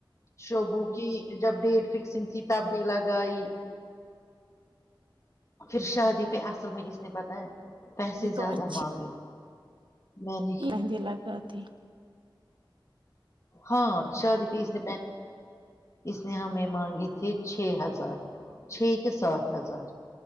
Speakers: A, on the left (about 35°); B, on the right (about 70°).
A: شوبو کی جب ڈیٹ فکسنگ تھی تب بھی لگ آئی پھر شادی پہ اصل میں اس نے پتاہ ہے پیسے
B: یہ تو
A: زیادہ
B: اچھی
A: مانگے باری
B: مہندی لگاتی <unintelligible>
A: ہاں شادی پہ اس پیسے ہ اس نے ہمیں مانگے تھے چھ ہزار چھ کے سات ہزار